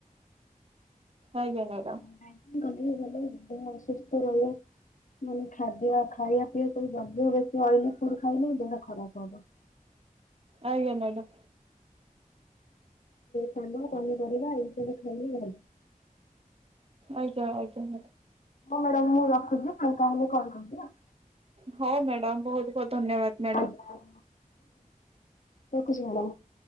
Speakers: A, on the right; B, on the left.
A: ଆଜ୍ଞା ମ୍ୟାଡ଼ାମ୍।
B: ଡାଇଟିଂ କଲେ ବି ଭଲ ଦେହ ଅସୁସ୍ଥ ରହିବ। ମାନେ ଖାଦ୍ୟ ଖାଇବା ପିଇବା ସବୁ ଯଦି ବେଶ ଅଏଲି ଫୁଡ ଖାଇଲେ ଦେହ ଖରାପ ହବ। <unintelligible>
A: ଆଜ୍ଞା ମ୍ୟାଡାମ୍।
B: ଶାଗ, ପନିପରିବା ଏମିତି ସବୁ ଖାଇଲେ ଭଲ।
A: ଆଜ୍ଞା ଆଜ୍ଞା।
B: ହଉ ମ୍ୟାଡାମ ମୁଁ ରଖୁଛି ମୁଁ ଫାଙ୍କା ହେଲେ କଲ୍ କରିବି ହେଲା।
A: ହଉ ମ୍ୟାଡ଼ାମ ବହୁତ ବହୁତ ଧନ୍ୟବାଦ ମ୍ୟାଡାମ।
B: ଆଜ୍ଞା। ରଖୁଛି ମ୍ୟାଡାମ।